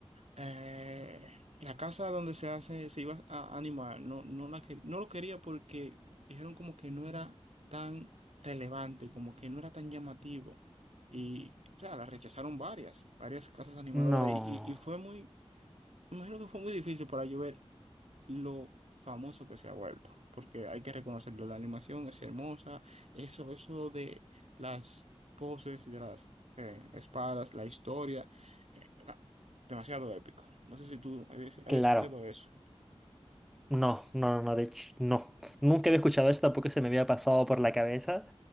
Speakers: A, on the right; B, in the centre.
A: eh, la casa donde se hace, se iba a animar, no, no, la que- no lo quería porque dijeron como que no era tan relevante, como que no era tan llamativo. Y, o sea, la rechazaron varias, varias casas animadoras
B: No,
A: y, y, y fue muy, me imagino que fue muy difícil para llover lo famoso que se ha vuelto, porque hay que reconocerlo, la animación es hermosa, eso, eso de las poses, de las eh, espadas, la historia, eh, era demasiado épico. No sé si tú habías, habías
B: claro,
A: escuchado eso.
B: no, no, no, de hecho, no. Nunca había escuchado esto, tampoco se me había pasado por la cabeza.